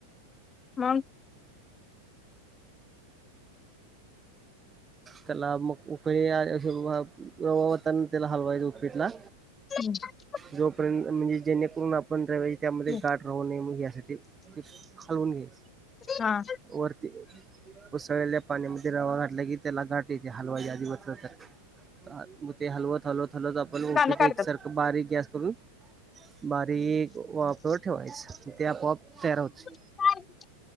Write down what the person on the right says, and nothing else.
त्याला मग उकळी रवा वाचायचा वाचायचा हलवायचं उपीटला.
जोपर्यंत म्हणजे जेणेकरून आपण रवा त्यामध्ये
गाठ. रव न <unintelligible> घ्यासाठी ते खालवून घ्याय.
वरती, ऊसळलेल्या पाण्यामध्ये रवा घातला की त्याला, गाठ ठीक ये, हलवाच्या आधी <unintelligible> बलं तर- ते हलवत, हलवत, हलवत आपण
ऊपीट
एकसारख बारीक गॅस करून बारीक् वाफेवर ठेवायचं, ते आपप तयार होते.